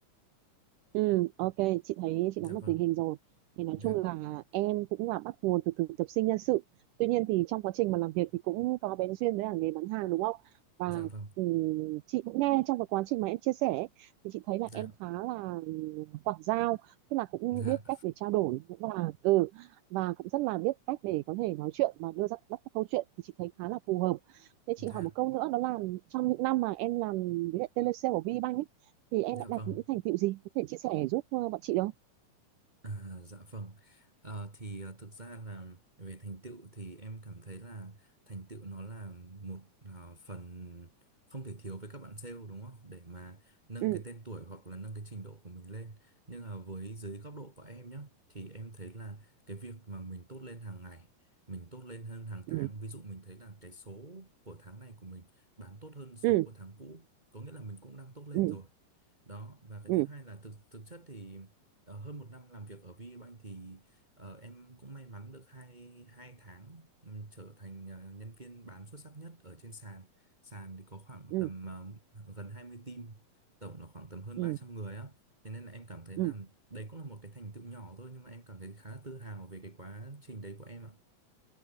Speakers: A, on the right; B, on the right.
A: Ừ, ok, chị thấy chị
B: dạ
A: nắm được
B: vâng
A: tình hình rồi. Thì nói
B: dạ
A: chung là em cũng là bắt nguồn từ thực tập sinh nhân sự. Tuy nhiên thì trong quá trình mà làm việc thì cũng có bén duyên với cả nghề bán hàng đúng không? Và
B: dạ vâng
A: ừ, chị cũng nghe trong cái quá trình mà em chia sẻ ấy, thì chị thấy là
B: dạ
A: em khá là ừ, quảng giao, tức là cũng
B: dạ
A: biết cách để trao đổi cũng là ừ và cũng rất là biết cách để có thể nói chuyện và đưa ra các các câu chuyện thì chị thấy khá là phù hợp. Thế
B: dạ
A: chị hỏi một câu nữa đó là trong những năm mà em làm với lại telesale của VBank ấy, thì em
B: dạ
A: đã
B: vâng
A: đạt những thành tựu gì có thể chia sẻ giúp ờ, bọn chị được không
B: À, dạ vâng. Ờ, thì ờ, thực ra là về thành tựu thì em cảm thấy là thành tựu nó là một ờ, phần không thể thiếu với các bạn sale đúng không? Để mà nâng
A: ừ
B: cái tên tuổi hoặc là nâng cái trình độ của mình lên. Nhưng mà với dưới góc độ của em nhé, thì em thấy là cái việc mà mình tốt lên hàng ngày, mình tốt lên hơn hàng
A: ừ
B: tháng. Ví dụ mình thấy là cái số của tháng này của mình bán tốt hơn số
A: ừ
B: của tháng cũ, có nghĩa là mình cũng đang tốt lên
A: ừ
B: rồi. Đó, và cái
A: ừ
B: thứ hai là thực thực chất thì Ờ, hơn một năm làm việc ở VPBank thì ờ, em cũng may mắn được hai, hai tháng ừ, trở thành ờ, nhân viên bán xuất sắc nhất ở trên sàn. Sàn thì có khoảng
A: ừ
B: tầm ờ, gần 20 team, tổng là khoảng tầm hơn
A: ừ
B: ba trăm người á. Thế nên là em cảm thấy
A: ừ
B: là đấy cũng là một cái thành tựu nhỏ thôi nhưng mà em cảm thấy khá là tự hào về cái quá trình đấy của em ạ.